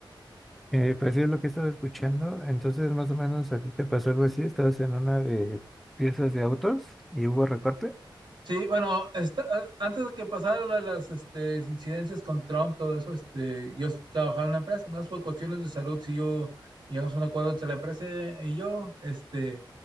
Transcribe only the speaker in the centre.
Eh, pues sí es lo que estaba escuchando, entonces más o menos a ti te pasó algo así, estabas en una de piezas de autos y hubo recorte.